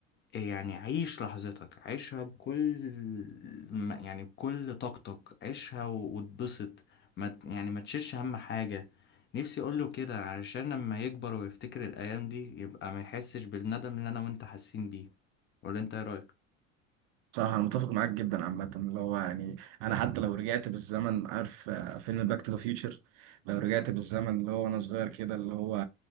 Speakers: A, on the left; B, on the right.
A: يعني عيش لحظتك عيشها بكل ما- يعني بكل طاقتك عيشها و- واتبسط ما ت- يعني ما تشيلش هم حاجة نفسي اقوله كده علشان لما يكبر ويفتكر الايام دي يبقى ما يحسش بالندم اللي انا وانت حاسين بيه ولا انت ايه
B: صح انا متفق معاك جدا عامه اللي هو يعني انا حتى لو رجعت بالزمن عارف آه، فيلم باك تو ذا فيوتشر لو رجعت بالزمن اللي هو وانا صغير كده اللي هو